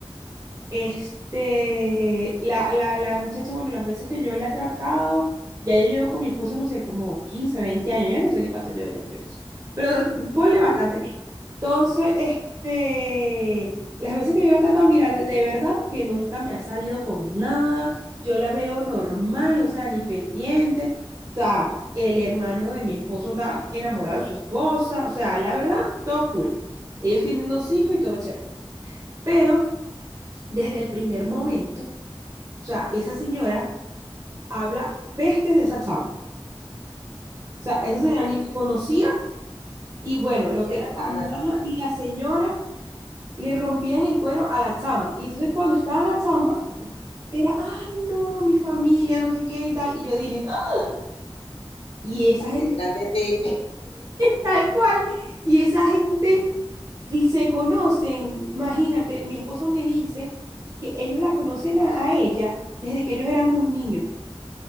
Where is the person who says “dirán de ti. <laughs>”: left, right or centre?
Left